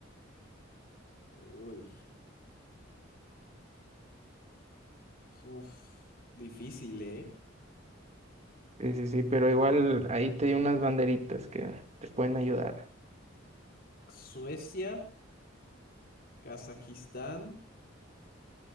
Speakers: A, on the left (about 50°); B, on the right (about 35°).
A: Uy. Uf, difícil, ¿eh?
B: Sí, sí, sí, pero igual ahí te di unas banderitas que te pueden ayudar.
A: Suecia, Kazajistán.